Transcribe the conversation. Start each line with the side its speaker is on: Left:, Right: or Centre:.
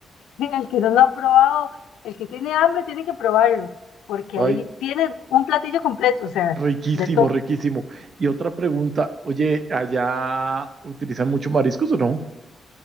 Left: <laughs> el que no lo ha probado, el que tiene hambre tiene que probarlo, porque
Right: Ay,
Left: ahí tiene un platillo completo, o sea,
Right: riquísimo,
Left: de todo.
Right: riquísimo. Y otra pregunta, oye, ¿allá utilizan mucho mariscos o no?